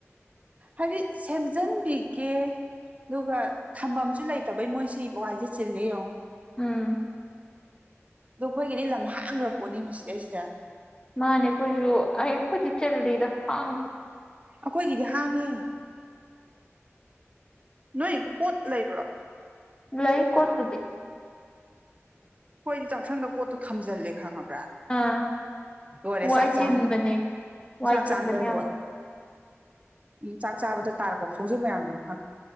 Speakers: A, on the right; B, on the left.
A: ꯍꯥꯏꯗꯤ ꯁꯦꯝꯖꯤꯟꯕꯤꯒꯦ ꯑꯗꯨꯒ ꯊꯝꯐꯝꯁꯨ ꯂꯩꯇꯕꯩ ꯃꯣꯏ ꯁꯤ ꯕꯏꯁꯦ ꯆꯤꯜꯂ ꯌꯦꯡꯉꯣ
B: ꯎꯝ
A: ꯑꯗꯣ ꯑꯩꯈꯣꯏꯒꯤꯗꯤ ꯂꯝ ꯍꯥꯡꯈ꯭ꯔ ꯄꯣꯠꯅꯤ ꯃꯁꯤꯗꯩꯁꯤꯗ
B: ꯃꯥꯅꯦ ꯑꯩꯈꯣꯏꯁꯨ ꯑꯩ ꯑꯩꯈꯣꯏꯗꯤ ꯆꯤꯜꯔꯤꯗ ꯍꯥꯡꯈꯤꯦ
A: ꯑꯩꯈꯣꯏꯒꯤꯗꯤ ꯍꯥꯡꯉꯤ ꯅꯣꯏ ꯀꯣꯠ ꯂꯩꯕ꯭ꯔꯥ
B: ꯭ꯂꯩ ꯀꯠꯇꯗꯤ
A: ꯍꯣꯏꯗꯤ ꯆꯥꯛꯁꯪꯗ ꯄꯣꯠꯇꯣ ꯊꯝꯖꯜꯂꯦ ꯈꯪꯉꯕ
B: ꯑꯥ
A: ꯍꯔꯦ
B: ꯋꯥꯏ
A: ꯁꯥꯥꯛ ꯆ
B: ꯆꯤꯟꯕꯅꯦ ꯋꯥꯏ
A: ꯁꯥꯥꯛ
B: ꯆꯤꯟꯕꯅꯦ
A: ꯆ ꯑꯒꯟ
B: ꯌꯥꯝ
A: ꯑꯣꯏꯔꯦ ꯎꯝ ꯆꯥꯛ ꯆꯥꯕꯗ ꯇꯥꯔꯦꯀꯣ ꯐꯧꯁꯨ ꯃꯌꯥꯝꯅꯦꯅ